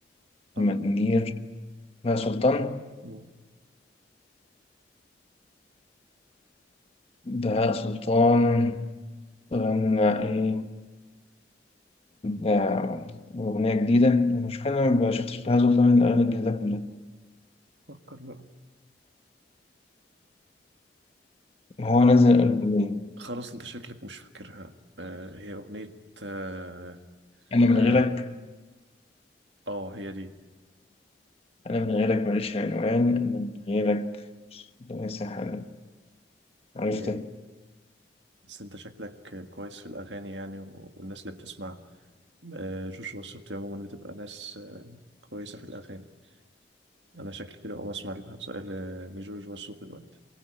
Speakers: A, on the right; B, on the left.
A: صح
B: محمد منير بهاء سلطان
A: مم.
B: بهاء سلطان غنى إيه آه، أغنية جديدة المشكلة أنا ما شفتش بهاء سلطان الأغاني الجديدة كلها
A: فكر بقى
B: هو نزل ألبومين
A: خلاص انت شكلك مش فاكرها آه هي اغنية اه
B: أنا من
A: آه,
B: غيرك
A: آه هي دي
B: أنا من غيرك ماليش عنوان أنا من غيرك ليس حالا عرفت
A: هي دي بس انت شكلك كويس في الاغاني يعني و- والناس اللي بتسمع آه جوجو والسبتي عموما بتبقى ناس آه كويسة في الاغاني انا شكلي كده اقوم اسمع لبهاء- ل- لجوجو والسوف دلوقتي